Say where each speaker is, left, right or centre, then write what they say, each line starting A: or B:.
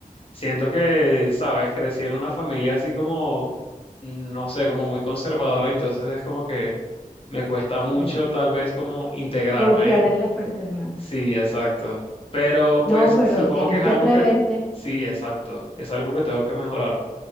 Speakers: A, on the left (about 40°); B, in the centre.
A: Siento que, sabes, crecí en una familia así como, no sé, como muy conservadora, entonces es como que me cuesta mucho
B: No.
A: tal vez como integrarme.
B: Confiar en las personas.
A: Sí, exacto. Pero
B: No,
A: pues
B: pero
A: supongo
B: tienes
A: que es
B: que
A: algo
B: atreverte.
A: que, sí, exacto, es algo que tengo que mejorar.